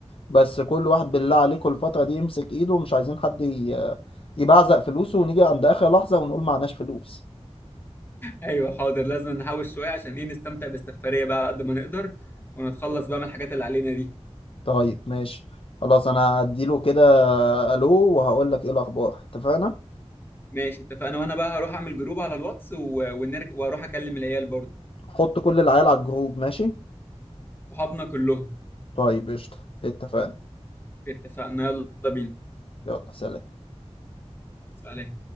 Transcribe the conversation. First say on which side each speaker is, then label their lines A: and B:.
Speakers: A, on the left; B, on the left.
A: بس كل واحد بالله عليكم الفترة دي يمسك ايده ومش عايزين حد ي- يبعزق فلوسه ونيجي عند آخر لحظة ونقول معناش فلوس
B: ايوه حاضر لازم نحوش شوية عشان ايه نستمتع بالسفرية بقى على قد ما نقدر ونتخلص بقى من الحاجات اللي علينا دي
A: طيب ماشي خلاص انا هديله كده الو وهقول لك ايه الاخبار اتفقنا
B: ماشي اتفقنا وانا بقى هروح اعمل جروب على الواتس و... ونرك... واروح اكلم العيال برضه
A: حط كل العيال على الجروب ماشي
B: صحابنا كلهم
A: طيب قشطة اتفقنا
B: اتفقنا يلا بينا
A: يلا سلام
B: سلام